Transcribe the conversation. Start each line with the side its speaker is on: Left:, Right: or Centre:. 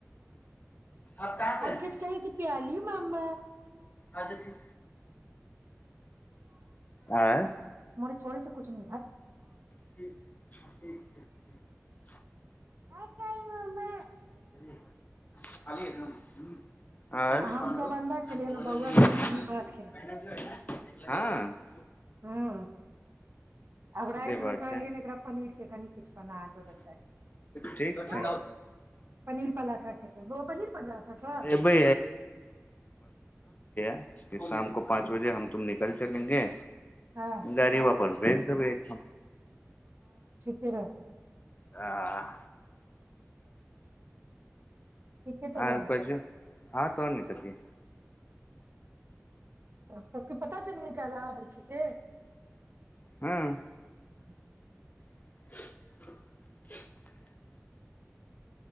Left: आँय
Right: आ किछ कहहि प्याली माम
Left: अद क आँ
Right: छोे छै कछु नहि भात
Left: ठ ठीक <unintelligible>
Right: त कहिमे
Left: <unintelligible>
Right: हम सब अंडा खेलियै ने बौआ नून घी भात ह्म आब रातिमे
Left: से बात
Right: कहलियनि
Left: छै
Right: एकरा पनीरके कनि किछु बना दे बच्चाके
Left: ठीक छै
Right: पनीर पलाथा कहते बो पनीर पल रहाथा क अब
Left: एबै फर शाम को पाँच जे हम तुम निकल चलेंगे
Right: हँ
Left: गाड़ी वापस भेज देबैठ
Right: के
Left: आह
Right: ठीके तऽ
Left: आर
Right: रह
Left: पाजू हँ तन न तति
Right: सभके पता चल कालहि आबै छै से
Left: हँ
Right: <inaudible>
Left: <inaudible>